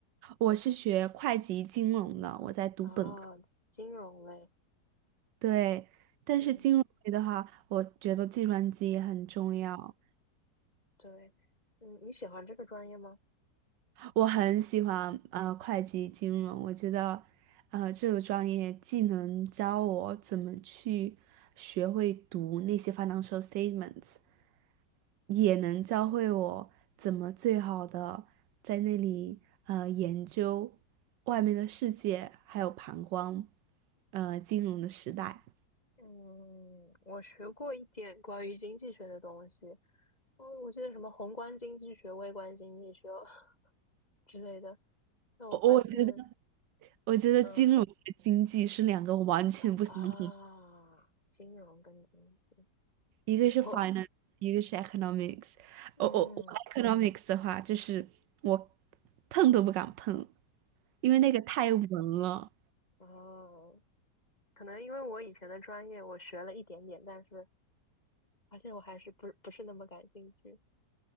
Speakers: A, on the right (about 90°); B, on the left (about 20°).
A: 我是学会计金融的，我在读本科。
B: 啊，金融类。
A: 对，但是金融类的话，
B: 嗯，
A: 我觉得计算机也很重要。
B: 对，嗯，你喜欢这个专业吗？
A: 我很喜欢呃会计金融，我觉得呃这个专业既能教我怎么去学会读那些 financial statements，也能教会我怎么最好的在那里呃研究外面的世界，还有旁观呃金融的时代。
B: 嗯，我学过一点关于经济学的东西，哦，我记得什么宏观经济学、微观经济学 <laughs> 之类的。那我发现，
A: 我我觉得。我觉得金融和经济是两个完全不相同，
B: 嗯啊，金融跟经济，
A: 一个是
B: 我
A: finance，一个是 economics。
B: 嗯
A: 我我我 economics 的话，就是我碰都不敢碰，因为那个太文了。
B: 哦，可能因为我以前的专业我学了一点点，但是发现我还是不不是那么感兴趣。